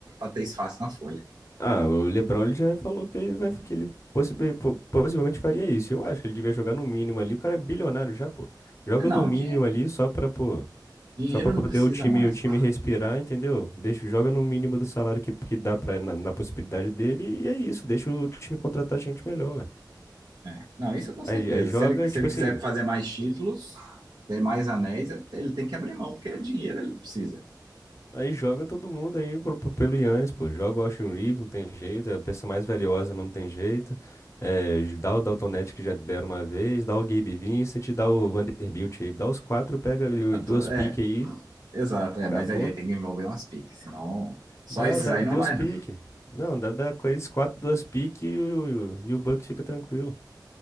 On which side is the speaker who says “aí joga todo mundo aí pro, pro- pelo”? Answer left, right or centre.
Left